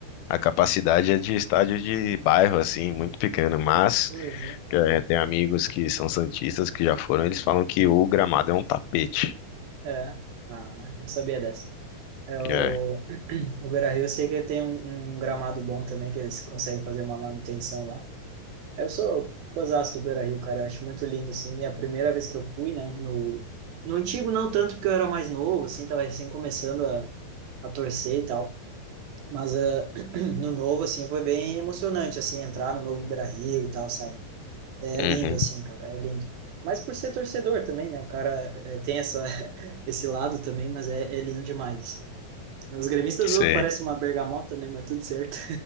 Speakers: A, on the left; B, on the right.
A: A capacidade é de estádio de bairro, assim, muito pequeno, mas
B: coisa. né?
A: é, tem amigos que são santistas que já foram, eles falam que o gramado é um tapete.
B: É, ah, não sabia dessa. É, o,
A: É,
B: o Beira-Rio eu sei que tem um, um gramado bom também, que eles conseguem fazer uma manutenção lá. Eu sou fãzaço do Beira-Rio, cara. Eu acho muito lindo, assim. É a primeira vez que eu fui, né? No, no antigo, não tanto, porque eu era mais novo, assim, tava recém começando a, a torcer e tal. Mas eh, <clears throat> no novo, assim, foi bem emocionante, assim, entrar no novo Beira-Rio e tal, sabe? É
A: uhum,
B: lindo, assim, cara, é lindo. Mas por ser torcedor também, né? O cara eh, tem essa, <laughs> esse lado também, mas é, é lindo demais. assim. Os gremistas,
A: sei.
B: ô, parece uma bergamota, né? Mas tudo certo.